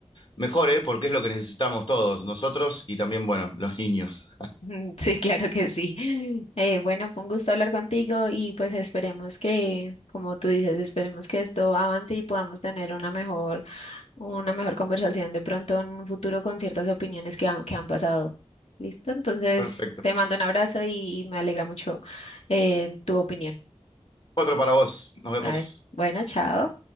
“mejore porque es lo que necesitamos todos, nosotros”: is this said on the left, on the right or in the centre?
Left